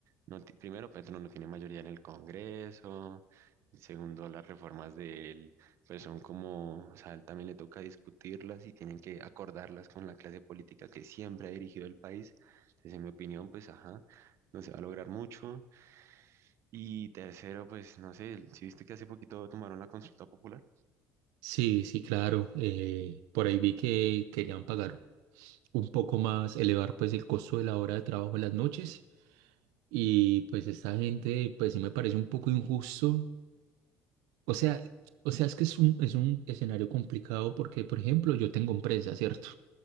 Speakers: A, on the right; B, on the right.
A: no, ti- primero Petro no no tiene mayoría en el Congreso, y segundo las reformas de él, pues son como, o sea, a él también le toca discutirlas y tienen que acordarlas con la clase política que siempre ha dirigido el país. Entonces, en mi opinión, pues ajá, no se va a lograr mucho. Y tercero, pues no sé, si viste que hace poquito tomaron la consulta popular.
B: Sí, sí, claro. eh, por ahí vi que querían pagar un poco más, elevar pues el costo de la hora de trabajo en las noches Y pues esta gente, pues sí me parece un poco injusto. O sea, o sea, es que es un, es un escenario complicado porque, por ejemplo, yo tengo empresa, ¿cierto?